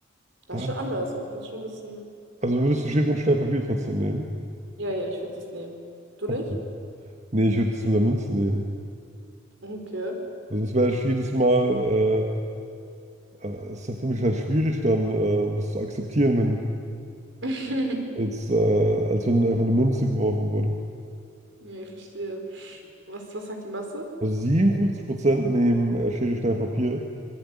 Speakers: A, on the right (about 65°); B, on the right (about 35°).
A: Das
B: da,
A: ist schon anders. Das ist schon ein bisschen.
B: also würdest du Schere und Stein, Papier trotzdem nehmen?
A: Ja, ja, ich würde das nehmen. Du nicht?
B: Okay. Nee, ich würde das mit der Münze nehmen.
A: Okay.
B: Also es wäre halt jedes Mal, äh, äh, ist ja für mich halt schwierig dann, äh, das zu akzeptieren, wenn,
A: <laughs>
B: als, äh, als wenn einfach eine Münze geworfen wurde.
A: Nee, ich verstehe. Was, was sagt die Masse?
B: Also 57% nehmen äh, Schere, Stein, Papier,